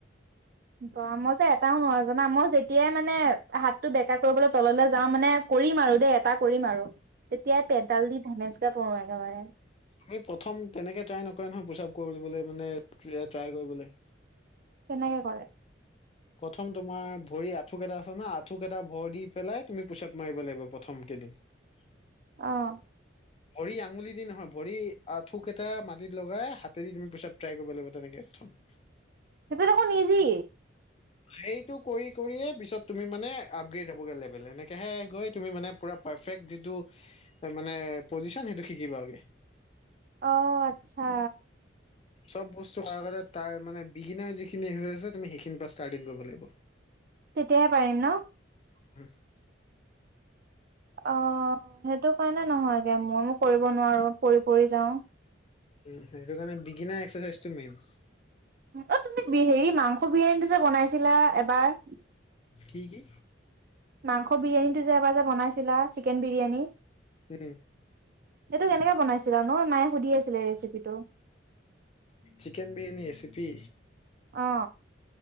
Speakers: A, on the right (about 50°); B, on the left (about 30°).
A: বা মই যে এটাও নোৱাৰো জানা মই যেতিয়াই মানে হাতটো বেকা কৰিবলৈ তললৈ যাওঁ মানে। কৰিম আৰু দেই এটা কৰিম আৰু তেতিয়াই পেডাল দি ধেমেচকে পৰো একেবাৰে
B: আমি প্ৰথম তেনেকে ট্ৰাই নকৰে নহয় প্ৰোচাৱ কৰিবলৈ মানে ট্ৰাই কৰিবলৈ
A: কেনেকে কৰে
B: প্ৰথম তোমাৰ ভৰি আঁঠুক কেইটা আছে ন আঁঠুকেইটা ভৰ দি পেলাই তুমি পোছাৱ মাৰিব লাগিব প্ৰথম কেইদিন উ
A: আহ
B: ভৰি আঙুলি দি নহয় ভৰি থোক এটা মাটিত লগাই হাতেদি তুমি পোচাব ট্ৰাই কৰিব লাগিব তেনেকে প্ৰথম <inaudible>
A: সেইটো দেখোন ইজি
B: সেইটো কৰি কৰিয়ে পিছত তুমি মানে আগ্ৰেড হ'বগৈ লেবেল এনেকে হে গৈ তুমি মানে পুৰা পাৰ্ফেক্ট যিটো মানে পজিচন সেইটো শিকিবা গে
A: অহ আচ্ছা
B: চব বস্তু তাৰ মানে বিগিনাৰ যিখিনি আছে তুমি সেইখিনি পৰা ষ্টাৰ্টিং কৰিব লাগিব।
A: তেতিয়াহে পাৰিম ন।
B: উমহ
A: অ সেইটো কাৰণে নহয়গে মই মই কৰিব নোৱাৰো পৰি পৰি যাও।
B: উ সেইটো কাৰণে বিগিনা এক্সাৰচাইজ টো মেইন
A: অ তুমি হেৰি মাংস বিৰিয়ানীটো যে বনাইছিলা এবাৰ
B: কি কি
A: মাংস বিৰিয়ানীটো যে এবাৰ যে বনাইছিলা চিকেন বিৰিয়ানী
B: উম
A: সেইটো কেনেকে বনাইছিলা নহ মায়ে সুধি আছিলে এই ৰেচিপিটো
B: চিকেন বিৰিয়ানী ৰেচিপি
A: অ